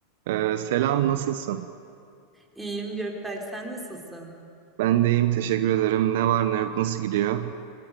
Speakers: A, on the right (about 55°); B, in the centre.
A: Ee, selam, nasılsın?
B: İyiyim Gökberk, sen nasılsın?
A: Ben de iyiyim, teşekkür ederim. Ne var ne yok, nasıl gidiyor?